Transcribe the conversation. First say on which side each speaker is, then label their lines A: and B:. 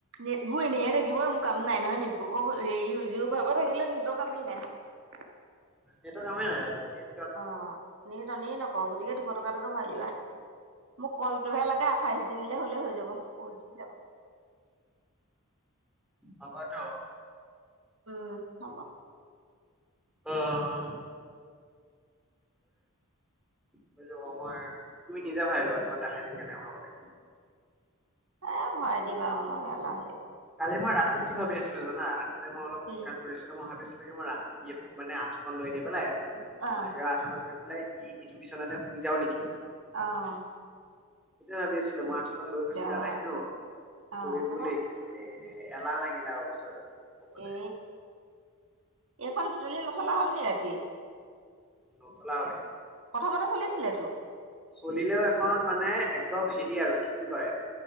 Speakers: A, on the right (about 65°); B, in the centre.
A: নেট বোৰ এনেই হে থাকে থিব মোৰ কাম নাই নহয় নেটবুকৰ হেৰি হৈ য ভাব থাকিলে নেটৰ কামেই নাই
B: নেটৰ্ কামেই নাইে
A: অঁ নিট অনে নকৰো গতিকে দুশ টকা কে ভাল মোক কলটোহে লাগে আঠাইশ দিনিলে হলেই হৈ যাব ব দি যাব
B: হব ত
A: উম হব
B: আহ হৈ যাব মই তুমি নিজে ভাবিলো ত মই দেখাই দিম কেনে অমাবে
A: এ ভয় দিবা মই অলাহ
B: কালি মই ৰাতি কি ভাবি আছিলো জানা যেতি মই অলপোক
A: কি
B: কৰি আছিলো ম ভাবি মই ৰাতি মানে আঠখন লৈ নি পেলাই
A: অ
B: বাহিৰ আঠাব এইটো বিচন এটা শুই যাওঁ নেকি
A: অঁ
B: সেইটোৱে ভাবি আছিলো, মই আঠুৱাখন লৈ গৈছিলোঁ ইয়াত
A: অ
B: আহিলো,
A: অ
B: তৌৰিম
A: তাৰপা
B: বুলি এ এলাহ লাগিলে আও পিছত হ'ব দে
A: এ এইখন দুটলি নচলা হ'লনি ৰাতি।
B: নচলা হ'ল এইখন
A: কথা বতৰা চলিছিলে টো।
B: চলিলেও এখন মানে একদম হেৰি আৰু কি বুলি কয়